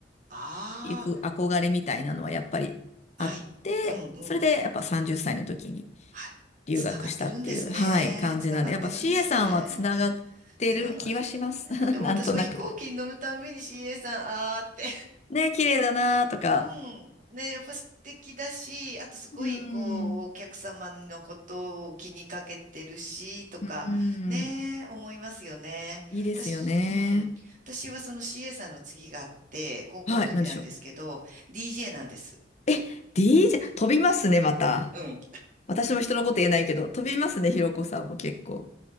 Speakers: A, on the right; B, on the left.
A: あ
B: 行く憧れみたいなのはやっぱりあって、
A: あ、はい。うん、うん。
B: それでやっぱ30歳の時に
A: はい。
B: 留学したっていう、
A: つながってるんですね。
B: はい、感じなんで、
A: つながってるんですね。
B: やっぱ CA さんはつながってる気はします。
A: つながってるね。
B: <laughs>
A: でも私も飛行機に乗るたんびに
B: なんとなく。
A: CA さん、あーって。
B: ね、綺麗だなとか。
A: <laughs> うん。ね、やっぱ素敵だし、あとすごい、
B: うーん。
A: こう、お客様のことを気にかけてるし、とか、
B: うー
A: ね、
B: ん、
A: 思いますよね。
B: いいですよね。
A: 私、うん。私はその CA さんの次があって、高校の時なんですけど、
B: はい、何でしょ
A: DJ なんです。
B: う。え、DJ、飛びますね、また。
A: うん。
B: 私も人のこと言えないけど、飛びますね、ひろこさんも結構。